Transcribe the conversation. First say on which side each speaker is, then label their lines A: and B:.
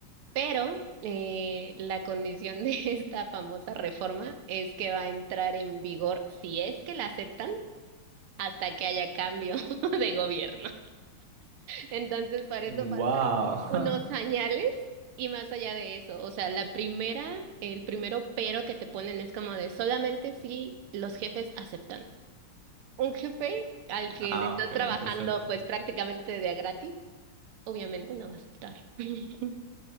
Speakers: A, on the right; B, on the right.
A: Pero eh, la condición de <laughs> esta famosa reforma es que va a entrar en vigor, si es que la aceptan hasta que haya cambio <laughs> de gobierno. Entonces, para
B: Wow.
A: eso faltan unos
B: <laughs>
A: señales y más allá de eso, o sea, la primera, el primero pero que te ponen es como de solamente si los jefes aceptan. Un jefe al que
B: Ah,
A: le estás
B: ok, entonces
A: trabajando pues prácticamente de a gratis, obviamente no va a aceptar. <laughs>